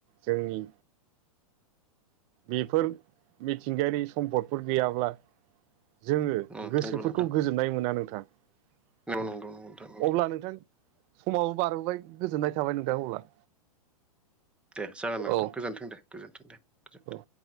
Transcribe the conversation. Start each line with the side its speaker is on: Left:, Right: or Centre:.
Right: जोंनि बेफोर मिथिंगायारि सम्पदफोर गैयाब्ला जोङो
Centre: उम
Right: गोसोफोरखौ
Centre: नंगौ नोंथां
Right: गोजोननाय मोना नोंथां
Centre: नंगौ
Right: उ
Centre: नंगौ नंगौ नोंथां नंगौ
Right: अब्ला नोंथां समाबो बारबोबाय गोजोननाय थाबाय नोंथां अब्ला।
Centre: दे जागोन
Right: औ
Centre: नोंथां गोजोन्थों दे गोजोन्थों दे गोजोन्थों
Right: औ